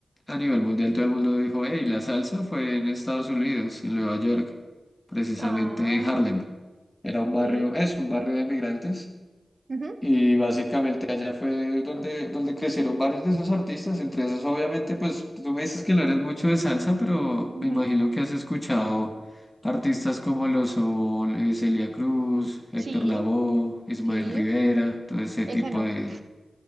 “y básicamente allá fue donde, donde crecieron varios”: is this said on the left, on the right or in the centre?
Left